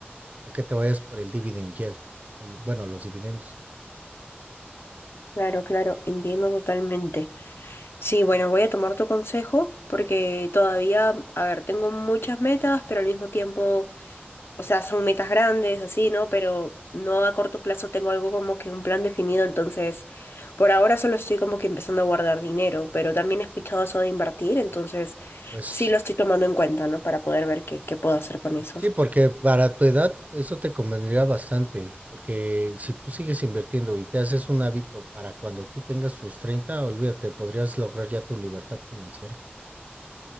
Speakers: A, on the right (about 40°); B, on the left (about 75°).
A: o que te vayas por el dividend yield, o lo- bueno, los dividendos.
B: Claro, claro, entiendo totalmente. Sí, bueno, voy a tomar tu consejo porque todavía, a ver, tengo muchas metas, pero al mismo tiempo... o sea, son metas grandes, así, ¿no? Pero no a corto plazo tengo algo como que un plan definido, entonces por ahora solo estoy como que empezando a guardar dinero, pero también he escuchado eso de invertir, entonces
A: Pues
B: sí lo estoy tomando en cuenta, ¿no? Para poder ver qué, qué puedo hacer con eso.
A: sí, porque para tu edad eso te convendría bastante, porque si tú sigues invirtiendo y te haces un hábito para cuando tú tengas tus 30 olvídate, podrías lograr ya tu libertad financiera.